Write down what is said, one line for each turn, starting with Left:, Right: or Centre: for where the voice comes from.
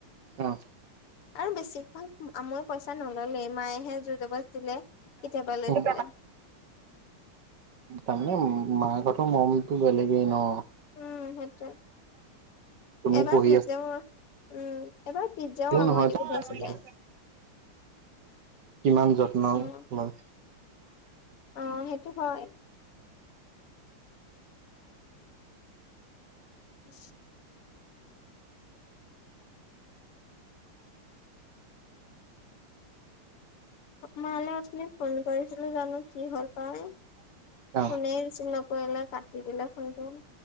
Right: অ।
Left: আৰু বেছিভাগ আমৈ পইচা নললে মায়েহে জুৰ জবজ দিলে। কেতিয়াবা লৈছিলে।
Right: উম তাৰমানে মাকহতৰ মৰমতো বেলেগে ন।
Left: উম সেইটোৱে,
Right: তুমি
Left: এমান
Right: পঢ়ি
Left: বি যাম উম এবাৰ পিজ্জাও
Right: আছাও
Left: আমৈ
Right: নহয়
Left: দি
Right: কিবা
Left: পঠাইছিলে।
Right: হলেও কিমান যত্ন
Left: উম
Right: লয়।
Left: অ সেইটো হয়। উ মালে আপুনি ফোন কৰিছিলো জানো কি হল পাই?
Right: অ
Left: ফুনে ৰিচিভ ন কৰিলে কাটি দিলে ফোনটো।